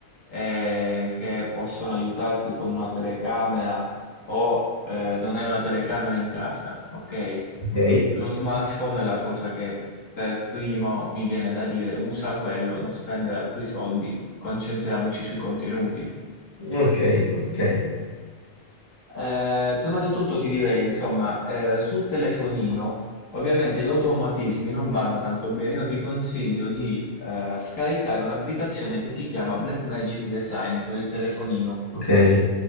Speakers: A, on the left; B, on the left.
A: eh, che possono aiutarti con una telecamera o eh, non hai una telecamera in casa, ok?
B: Ok,
A: Lo smartphone è la cosa che per primo mi viene da dire, usa quello, non spendere altri soldi, concentriamoci sui contenuti.
B: ok, ok,
A: Eh, prima di tutto ti direi, insomma, eh, sul telefonino, ovviamente gli automatismi non vanno tanto bene. Io ti consiglio di eh, scaricare un'applicazione che si chiama Blackmagic Design per il telefonino.
B: ok.